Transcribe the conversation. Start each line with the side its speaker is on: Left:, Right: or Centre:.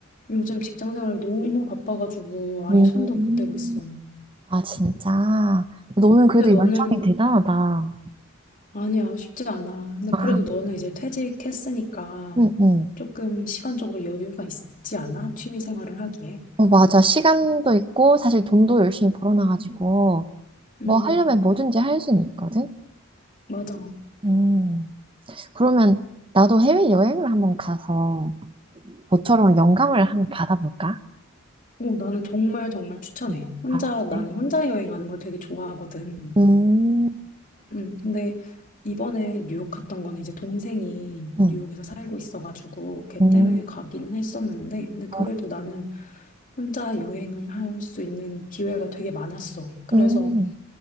Left: 요즘 직장 생활 너무 바빠가지고 아예
Right: 음.
Left: 손도 못 대고 있어.
Right: 아, 진짜. 너는 그래도
Left: 근데 너는
Right: 열정이 대단하다.
Left: 아니야 쉽지 않아. 근데
Right: 아,
Left: 그래도 너는 이제 퇴직했으니까
Right: 응, 응.
Left: 조금 시간적으로 여유가 있지 않아? 취미 생활을 하기에.
Right: 어, 맞아. 시간도 있고, 사실 돈도 열심히 벌어놔가지고.
Left: 음,
Right: 뭐 하려면 뭐든지 할 수는 있거든?
Left: 맞아.
Right: 음, 그러면 나도 해외여행을 한번 가서 너처럼 영감을 한번 받아볼까?
Left: 오, 나는 정말 정말 추천해.
Right: 응,
Left: 혼자,
Right: 알아보네.
Left: 나는 혼자 여행하는 걸 되게 좋아하거든.
Right: 음,
Left: 음, 근데 이번에 뉴욕 갔던 건 이제 동생이
Right: 응,
Left: 뉴욕에서 살고 있어가지고 걔
Right: 음,
Left: 때문에 가기는 했었는데 근데 그래도
Right: 어,
Left: 나는 혼자 여행을 할 수 있는 기회가 되게 많았어. 그래서
Right: 음.